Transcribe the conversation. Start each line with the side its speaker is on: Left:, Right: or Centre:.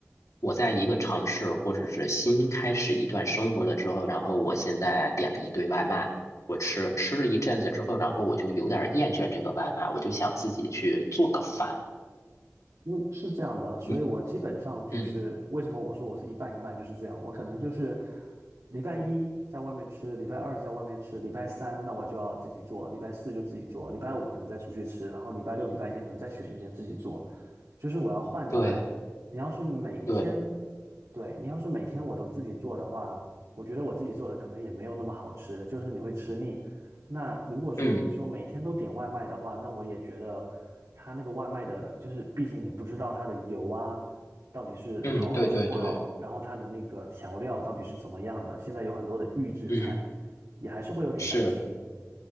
Left: 我在一个城市或者是新开始一段生活了之后，然后我现在点了一堆外卖，我吃吃了一阵子之后，然后我就有点儿厌倦这个外卖，我就想自己去做个饭。
Right: 嗯，是这样的，所以我基本上就是为什么我说我是一半一半就是这样，
Left: 你，嗯，
Right: 我可能就是礼拜一在外面吃，礼拜二在外面吃，礼拜三那我就要自己做，礼拜四就自己做，礼拜五可能再出去吃，然后礼拜六、礼拜天可能再选一天自己做，就是我要换着来。
Left: 对
Right: 你要是每天，
Left: 对，
Right: 对，你要是每天我都自己做的话，我觉得我自己做的可能也没有那么好吃，就是你会吃腻。那如果说你说每天都点外卖的话，
Left: 嗯
Right: 那我也觉得。它那个外卖的，就是毕竟你不知道它的油啊到底是好还是不好，
Left: 嗯，对对对，
Right: 然后它的那个调料到底是怎么样的，现在有很多的预制菜，
Left: 嗯，
Right: 也还是会有点担心
Left: 是。